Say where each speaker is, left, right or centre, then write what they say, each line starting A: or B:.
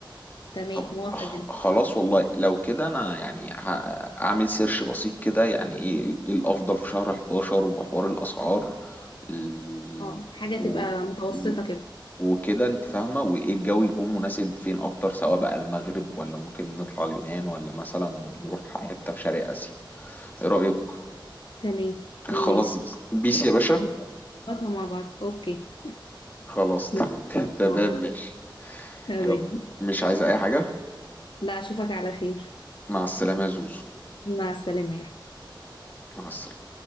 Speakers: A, on the left; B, on the left.
A: تمام
B: طب
A: موافقة
B: خ-
A: جدا
B: خلاص والله لو كده انا يعني ه- هعمل سيرش بسيط كده يعني ايه ايه الافضل في شهر 11 وحوار الاسعار ال...
A: اه حاجة
B: و...
A: تبقى متوسطة
B: و-
A: كده
B: وكده انت فاهمه وايه الجو يكون مناسب فين اكتر سواء بقى المغرب ولا ممكن نطلع اليونان ولا مثلا نروح حته في شرق اسيا ايه رايك
A: تمام
B: <laughs>
A: ماشي
B: خلاص بيس يا باشا
A: نظبطها مع بعض اوكي
B: خلاص
A: نظبطها
B: <laughs> تمام
A: مع بعض
B: ماشي
A: تمام
B: يلا مش عايز اي حاجه
A: لا اشوفك على خير
B: مع السلامه يا زوزو
A: مع السلامة يا
B: مع السلامه